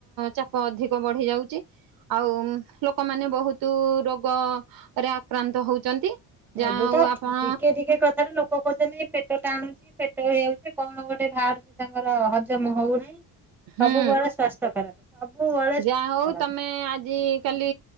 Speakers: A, on the right; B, in the centre.
A: ଚାପ ଅଧିକ ବଢି ଯାଉଚି। ଆଉ ଲୋକମାନେ ବହୁତ ରୋଗରେ ଆକ୍ରାନ୍ତ ହଉଛନ୍ତି। ଯାହା
B: ଏବେ
A: ହଉ
B: ତ
A: ଆପଣ
B: ଟିକେ ଟିକେ କଥାରେ ଲୋକ ଲୋକ କହୁଛନ୍ତି କି ପେଟ ଟାଣୁଛି ପେଟ ହେଇଯାଉଛି କଣ ଗୋଟେ ବାହାରୁଛି ତାଙ୍କର ହଜମ ହଉନି। ସବୁ
A: ହୁଁ
B: ବେଳେ ସ୍ଵାସ୍ଥ୍ୟ ଖରାପ। ସବୁବେଳେ ସ୍ୱାସ୍ଥ୍ୟ
A: ଯାହା ହଉ
B: ଖରାପ।
A: ତମେ ଆଜି କାଲି